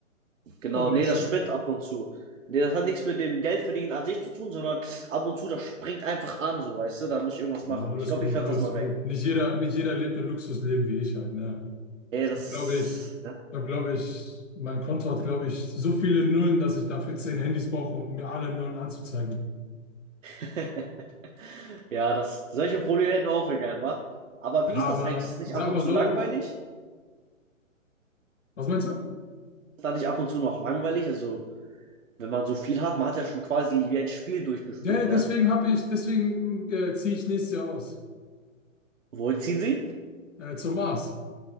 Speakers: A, on the right; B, on the left.
A: genau,
B: Aber
A: nee,
B: ja, stimmt.
A: das spinnt ab und zu. Nee, das hat nichts mit dem Geldverdienen an sich zu tun, sondern ab und zu, das springt einfach an, so, weißt du, da muss ich irgendwas machen.
B: Ja, alles
A: Ich glaube,
B: gut,
A: ich werf
B: alles
A: das mal
B: gut.
A: weg.
B: Nicht jeder, nicht jeder lebt ein Luxusleben wie ich halt, ne?
A: Ey, das,
B: Da glaube ich,
A: ne?
B: da glaube ich, mein Konto hat, glaube ich, so viele Nullen, dass ich dafür zehn Handys brauche, um mir alle Nullen anzuzeigen.
A: <laughs> ja, das, solche Probleme hätten wir auch wir gern, wa? Aber
B: Ja,
A: wie ist
B: aber
A: das eigentlich? Ist es nicht
B: ich
A: ab
B: sag
A: und
B: mal
A: zu
B: so,
A: langweilig?
B: was meinst du?
A: dadurch ab und zu noch langweilig. Also, wenn man so viel hat, man hat ja schon quasi wie ein Spiel durchgespielt,
B: Ja, ja, deswegen
A: ne?
B: habe ich, deswegen mm, äh, ziehe ich nächstes Jahr aus.
A: wo ziehen sie?
B: Äh, zum Mars.